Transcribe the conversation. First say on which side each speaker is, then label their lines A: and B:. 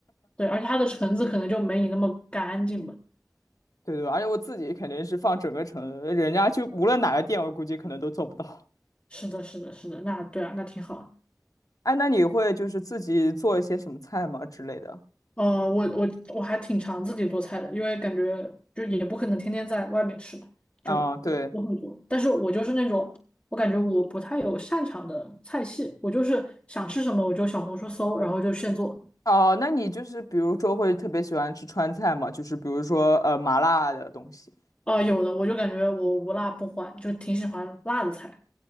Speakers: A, on the left (about 15°); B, on the left (about 55°).
A: 对，而且它的橙子可能就没你那么干净吧。
B: <laughs> 对对，而且我自己肯定是放整个城，人家就无论哪个店，我估计可能都做不到。
A: 是的，是的，是的，那对啊，那挺好。
B: <laughs> 哎，那你会就是自己做一些什么菜吗之类的？
A: 呃，我我我还挺常自己做菜的，因为感觉就也不可能天天在外面吃嘛就
B: 啊，对。
A: 我会做。但是我就是那种，我感觉我不太有擅长的菜系，我就是想吃什么我就小红书搜，然后就现做。
B: 哦，那你就是比如说会特别喜欢吃川菜吗？就是比如说呃麻辣的东西。
A: 啊、有的我就感觉我无辣不欢，就挺喜欢辣的菜。